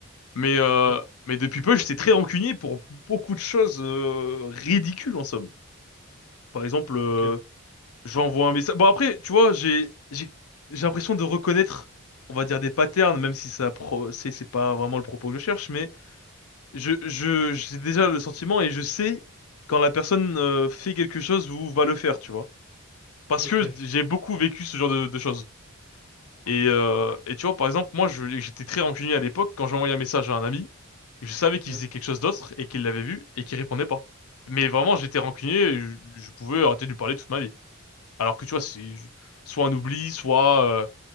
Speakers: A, on the left; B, on the right.
A: mais euh,
B: Ouais,
A: mais depuis peu, j'étais très rancunier pour beaucoup de choses euh, ridicules en somme. Par exemple, euh,
B: ok,
A: j'envoie un message. Bon après, tu vois, j'ai j'ai j'ai l'impression de reconnaître, on va dire des patterns, même si ça pro c'est c'est pas vraiment le propos que je cherche, mais je je j'ai déjà le sentiment et je sais quand la personne euh, fait quelque chose ou va le faire, tu vois. Parce
B: ok,
A: que j'ai beaucoup vécu ce genre de de choses. Et, euh, et tu vois, par exemple, moi, je, j'étais très rancunier à l'époque quand j'envoyais un message à un ami. Je savais qu'il
B: ouais.
A: faisait quelque chose d'autre et qu'il l'avait vu et qu'il répondait pas. Mais vraiment, j'étais rancunier et je, je pouvais arrêter de lui parler toute ma vie. Alors que tu vois, c'est soit un oubli, soit euh,